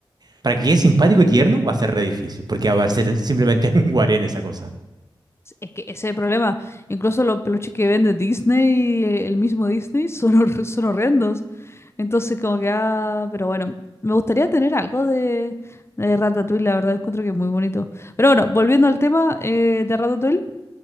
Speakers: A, on the right; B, on the left.
A: para que quede simpático y tierno va a ser re difícil, porque va a ser simplemente <laughs> un guarén esa cosa.
B: Es es que ese es el problema. Incluso los peluches que vende Disney, eh, el mismo Disney, son, hor- son horrendos. Entonces como que, ah, pero bueno, me gustaría tener algo de, de Ratatouille, la verdad, encuentro que es muy bonito. Pero bueno, volviendo al tema eh, de Ratatouille.